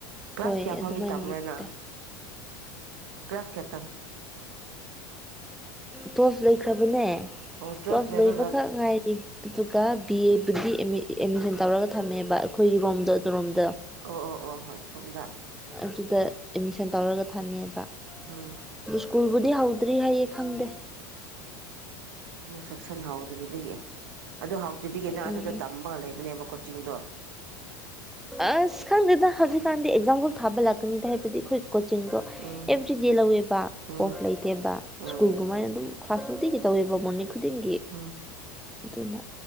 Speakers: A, on the right; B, in the centre.
A: ꯀ꯭ꯂꯥꯁ
B: ꯍꯣꯏ
A: ꯀꯌꯥ ꯐꯥꯎꯗꯤ
B: ꯑꯗꯨꯃꯥꯏꯅ
A: ꯇꯝꯕ꯭ꯔꯅ
B: ꯑꯗꯨꯗꯤ ꯇꯥꯏ
A: ꯀ꯭ꯂꯥꯁ ꯀꯌꯥ ꯇꯝ
B: ꯇꯣꯁ ꯂꯣꯏꯈ꯭ꯔꯕꯅꯦ
A: ꯑꯣ ꯇꯨꯋꯦꯜꯐ
B: ꯇꯣꯁ
A: ꯂꯣꯏꯔꯒ
B: ꯂꯣꯏꯕꯈꯛ ꯉꯥꯏꯔꯤ ꯑꯗꯨꯒ ꯕꯤ ꯑꯦꯕꯨꯗꯤ ꯑ ꯑꯦꯗꯃꯤꯁꯟ ꯇꯧꯔꯒ ꯊꯝꯃꯦꯕ ꯑꯩꯈꯣꯏꯒꯤ ꯔꯣꯝꯗꯣ ꯑꯗꯨꯔꯣꯝꯗ
A: ꯑꯣ ꯑꯣ ꯑꯣ ꯍ ꯁꯣꯝꯗ
B: ꯑꯗꯨꯗ ꯑꯦꯠꯃꯤꯁꯟ ꯇꯧꯔꯒ ꯊꯝꯃꯦꯕ
A: ꯎꯝ
B: ꯑꯗꯨ ꯁ꯭ꯀꯨꯜ ꯍꯥꯎꯗ꯭ꯔꯤ ꯍꯥꯏꯌꯦ ꯈꯪꯗꯦ
A: ꯁꯦꯛꯁꯟ ꯍꯥꯎꯗ꯭ꯔꯤꯕꯒꯤ ꯑꯗꯨ ꯍ ꯑꯗꯨꯕꯤꯒꯤꯅ
B: ꯎꯝ
A: ꯑꯗꯨꯗ ꯇꯝꯃꯒ ꯂꯩꯕꯅꯦꯕ ꯀꯣꯆꯤꯡꯗ
B: ꯑꯁ ꯈꯪꯗꯦꯗ ꯍꯧꯖꯤꯛꯀꯥꯟꯗꯤ ꯑꯦꯛꯖꯥꯝꯈꯜ ꯊꯥꯕ ꯂꯥꯛꯀꯅꯤꯗ ꯍꯥꯏꯕꯗꯤ ꯑꯩꯈꯣꯏ ꯀꯣꯆꯤꯡꯗꯣ
A: ꯎꯝ
B: ꯑꯦꯕ꯭ꯔꯤꯗꯦ ꯂꯧꯋꯦꯕ
A: ꯎꯝ
B: ꯑꯣꯐ ꯂꯩꯇꯦꯕ
A: ꯎꯝ
B: ꯁ꯭ꯀꯨꯜꯒꯃꯥꯏꯅ ꯑꯗꯨꯝ ꯈꯥꯁꯨ ꯀꯈꯤ ꯇꯧꯋꯕ ꯃꯅꯤ ꯈꯨꯗꯤꯡꯒꯤ
A: ꯎꯝ
B: ꯑꯗꯨꯅ